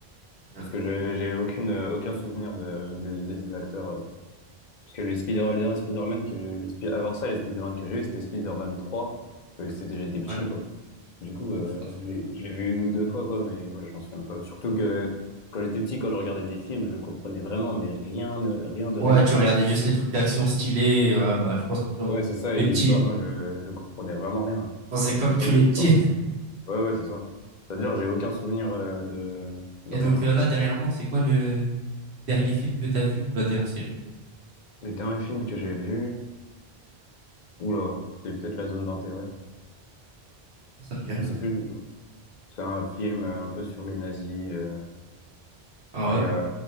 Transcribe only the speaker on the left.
Parce
que j'ai j'ai aucune, euh, aucun souvenir de, de, de ces acteurs. euh. Parce que le Spider, les derniers Spider-Man que j'ai, les Spi- avant ça, les Spider-Man que j'ai eu, c'était Spider-Man 3. Euh, c'était, j'étais petit,
quoi. Du coup,
euh,
je l'ai
je l'ai vu une ou deux fois, quoi, mais ouais, je m'en souviens pas. Surtout que quand j'étais petit, quand je regardais des films, je comprenais vraiment, mais rien, ne- rien de
rien,
genre.
Ouais, c'est ça,
et
l'histoire,
moi, je, je comprenais vraiment rien.
Genre,
c'était
pas
possible
pour moi. Ouais, ouais, c'est ça. C'est-à-dire, j'ai aucun souvenir euh, de,
de
rien,
quoi.
Les derniers films que j'ai vus, oula, c'est peut-être La Zone d'intérêt.
Je sais
plus du tout. C'est un film euh, un peu sur les nazis. euh,
Enfin,
il y a,